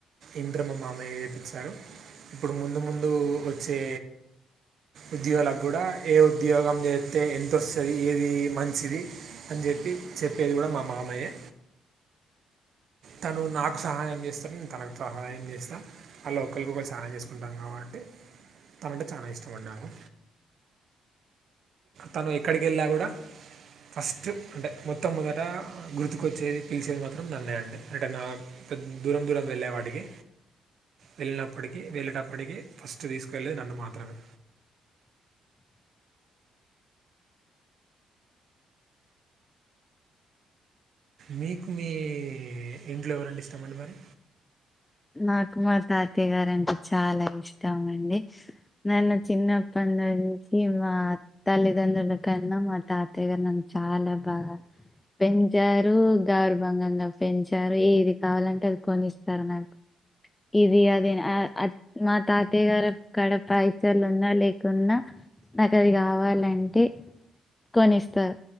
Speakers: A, on the right (about 60°); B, on the left (about 15°).
A: ఇంటర్ మా మామయ్యే చేపించారు ఇప్పుడు ముందు ముందు వచ్చే ఉద్యోగాలకు కూడా ఏ ఉద్యోగం చేత్తే ఎంతొస్తుంది ఏది మంచిది అని చెప్పి చెప్పేది కూడా మా మామయ్యే తను నాకు సహాయం చేస్తది నేను తనకు సహాయం చేస్త అలా ఒకళ్లకు ఒకల్లు సహాయం చేసుకుంటాం కాబట్టి తనంటే చాలా ఇష్టం అండి నాకు తను ఎక్కడికి వెళ్ళిన కూడా ఫస్ట్ అంటే మొత్తం మొదట గుర్తుకొచ్చేది పిలిచేది మాత్రం నన్నే అండి అంటే నా పెద్ద దూరం దూరం వెళ్ళే వాటికి వెళ్ళినప్పటికి వెళ్ళేటప్పటికి ఫస్ట్ తీసుకు వెళ్ళేది నన్ను మాత్రమే మీకు మీ ఇంట్లో ఎవరంటే ఇస్టమండి మరి
B: నాకు మా తాత్యయ గారు అంటే చాలా ఇష్టం అండి నన్ను చిన్నప్పటి నుంచి మా తల్లిదండ్రులు కన్నా మా తాతయ్య గారు చాలా బాగ పెంచారు గౌర్భంగంగా పెంచారు ఏది కావాలంటే అది కొనిస్తారు నాకు ఇది అది అని మా తాతయ్య గారు కాడ పైసలు ఉన్నా లేకున్నా నాకు అది కావాలంటే కనిస్తస్తారు